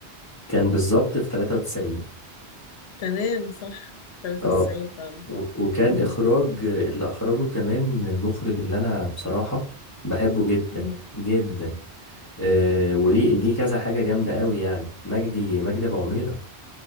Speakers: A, on the left (about 20°); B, on the left (about 75°).
A: كان بالظبط في 93
B: تمام صح 93
A: اه
B: فعلا
A: و- وكان
B: مم.
A: اخراج اللي اخرجه كمان المخرج اللي انا بصراحه بحبه جدا
B: مم.
A: جدا آه وليه ليه كذا حاجه جامده قوي يعني مجدي مجدي ابو عميره